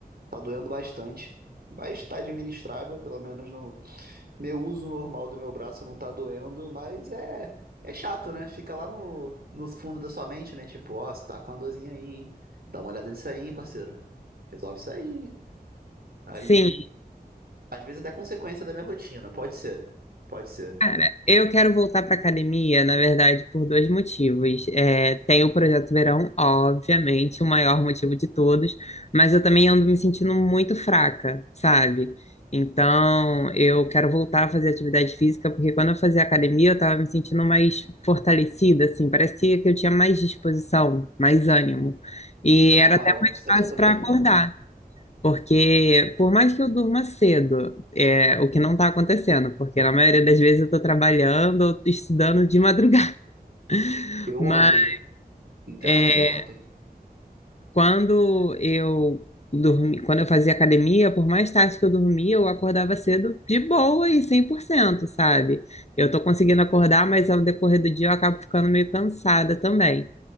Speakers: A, on the right; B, on the left.
A: tá doendo bastante. Mas tá administrável, pelo menos no meu uso normal do meu braço não tá doendo. Mas é, é chato, né? Fica lá no, no fundo da sua mente, né? Tipo, ó, você tá com a dorzinha aí, hein? Dá uma olhada nisso aí, hein, parceiro. Resolve isso aí. Aí
B: sim.
A: às vezes até consequência da minha rotina. Pode ser. Pode ser.
B: Cara, eu quero voltar para academia, na verdade, por dois motivos. É, tem o Projeto Verão, obviamente, o maior motivo de todos, mas eu também ando me sentindo muito fraca, sabe? Então, eu quero voltar a fazer atividade física, porque quando eu fazia academia, eu tava me sentindo mais fortalecida, assim, parecia que eu tinha mais disposição, mais ânimo. E
A: Isso é normal.
B: era até mais
A: Isso é absolutamente
B: fácil para
A: normal.
B: acordar. Porque, por mais que eu durma cedo, é o que não está acontecendo, porque na maioria das vezes eu estou trabalhando ou tô estudando de madrugada. <laughs>
A: Eu
B: Mas
A: ontem. Literalmente
B: é,
A: eu ontem.
B: quando eu dormi, quando eu fazia academia, por mais tarde que eu dormia, eu acordava cedo de boa e cem por cento sabe? Eu estou conseguindo acordar, mas ao decorrer do dia eu acabo ficando meio cansada também.